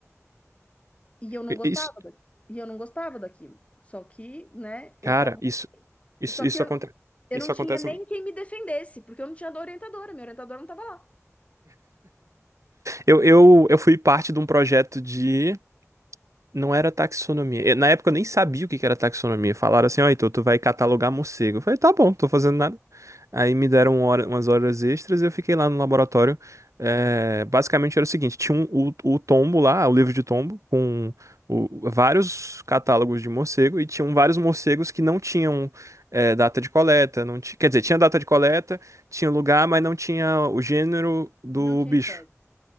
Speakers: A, on the left; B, on the right.
A: E eu não
B: I-
A: gostava
B: Isso,
A: da- e eu não gostava daquilo. Só que, né, eu
B: cara,
A: tava,
B: isso, isso,
A: só
B: isso
A: que eu,
B: acontece.
A: eu
B: Isso
A: não tinha
B: acontece.
A: nem quem me defendesse, porque eu não tinha orientadora, minha orientadora não estava lá.
B: Eu, eu, eu fui parte de um projeto de Não era taxonomia. Eu- Na época eu nem sabia o que que era taxonomia. Falaram assim, ó, então tu vai catalogar morcego. Eu falei, tá bom, não tô fazendo nada. Aí me deram hora- umas horas extras e eu fiquei lá no laboratório. É, basicamente era o seguinte, tinha um, o, o tombo lá, o livro de tombo, com o- vários catálogos de morcego e tinham vários morcegos que não tinham é, data de coleta. Não ti- quer dizer, tinha data de coleta, tinha lugar, mas não tinha o gênero do
A: Não tinha
B: bicho
A: espécie.